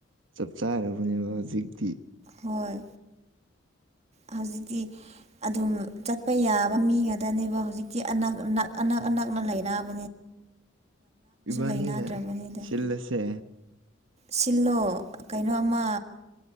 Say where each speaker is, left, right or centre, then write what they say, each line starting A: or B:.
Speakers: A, on the right; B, on the right.
A: ꯆꯞ ꯆꯥꯔꯕꯅꯦꯕ ꯍꯧꯖꯤꯛꯇꯤ
B: ꯍꯣꯏ ꯍꯧꯖꯤꯛꯇꯤ ꯑꯗꯨꯝ ꯆꯠꯄ ꯌꯥꯕ ꯃꯤꯉꯗꯅꯦꯕ ꯍꯨꯖꯤꯛꯇꯤ ꯑꯅꯛ ꯅꯛ ꯑꯅꯛ
A: ꯎꯝ
B: ꯑꯅꯛꯅ ꯂꯩꯔꯥꯕ
A: ꯏꯕꯥꯅꯤꯅ
B: ꯂꯩꯅꯗ꯭ꯔꯕꯅꯤꯗ
A: ꯁꯤꯜꯂꯁꯦ
B: ꯁꯤꯜꯂꯣ ꯀꯩꯅꯣ ꯑꯃ